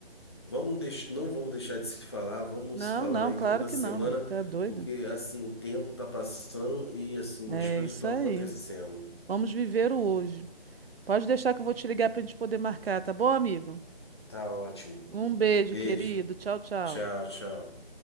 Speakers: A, on the left; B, on the right.
A: Vamos deix... Não vamos deixar de se falar, vamos
B: Não,
A: se falando
B: não,
A: aí
B: claro
A: toda
B: que
A: semana,
B: não, amigo. Tá doido?
A: porque assim, o tempo tá passando e assim,
B: É
A: as coisas
B: isso
A: estão
B: aí.
A: acontecendo.
B: Vamos viver o hoje. Pode deixar que eu vou te ligar pra gente poder marcar, tá bom, amigo?
A: Tá ótimo.
B: Um beijo,
A: Beijo.
B: querido. Tchau, tchau.
A: Tchau, tchau.